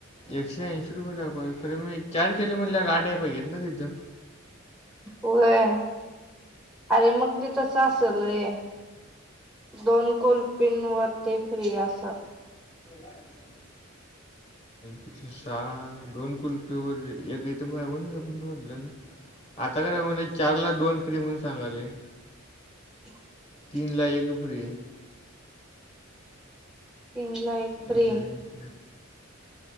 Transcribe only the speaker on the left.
एकशे ऐंशी रुपये दाखंवालय, तरमी चार केलय, म्हणल्यावर आठ याय पाहिजेत ना तिथं.
व्हय किती छान? दोन कुल्पीवर ए एक इथं बाय वण गेट वन म्हणलेल, आता काय दाखवालय? चारला दोन फ्री म्हणून सांगालय.
तीन ला एक फ्री हाय.
एक व्हय.